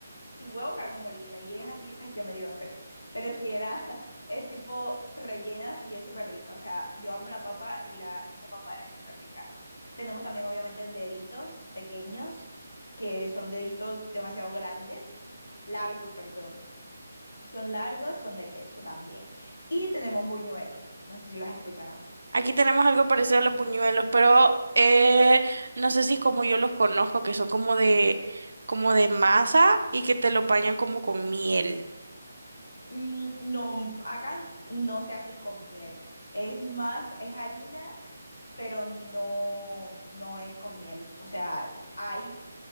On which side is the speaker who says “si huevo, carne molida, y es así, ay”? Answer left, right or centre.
Left